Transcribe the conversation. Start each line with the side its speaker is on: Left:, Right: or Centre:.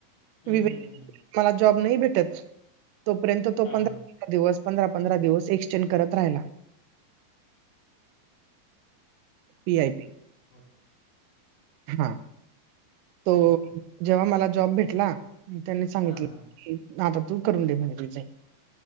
Left: हम्म
Right: विवेन
Left: हम्म हम्म, हम्म.
Right: मला जॉब नाही भेटत तोपर्यंत तो
Left: हा
Right: पंधरा पंधरा
Left: हा
Right: पंधरा दिवस पंधरा पंधरा दिवस यष्ट्रा चैन करत राहिला. पी आय पी
Left: बट
Right: हा तो
Left: अच्छा
Right: जेव्हा मला जॉब भेटला. त्यांनी सांगितलं
Left: हा हा
Right: आता तू करून दे म्हणे रिझाईन